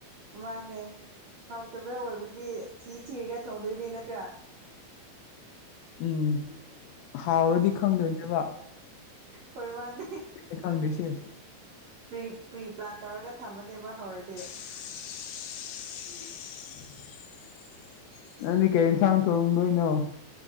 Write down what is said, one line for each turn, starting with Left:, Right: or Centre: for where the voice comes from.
Right: ꯃꯥꯅꯦ ꯍꯥꯎꯇꯕ ꯑꯣꯏꯕꯒꯤ ꯊꯤ ꯊꯤꯔꯒ ꯊꯣꯡꯗꯣꯏꯅꯦ ꯅꯠꯇ꯭ꯔꯥ
Left: ꯎꯝ ꯍꯥꯎꯔꯗꯤ ꯈꯪꯗꯣꯏꯅꯦꯕ
Right: ꯍꯣꯏ ꯃꯥꯅꯤ
Left: ꯑꯩ ꯈꯪꯗ꯭ꯔꯤꯁꯦ
Right: ꯄ꯭ꯔꯤ ꯄ꯭ꯔꯤ ꯄ꯭ꯂꯥꯟ ꯇꯧꯔꯒ ꯊꯝꯃꯅꯦꯕ ꯍꯥꯎꯔꯗꯤ
Left: ꯎꯝ <unintelligible> ꯅꯪꯗꯤ ꯀꯩ ꯏꯟꯁꯥꯡ ꯊꯣꯡꯗꯣꯏꯅꯣ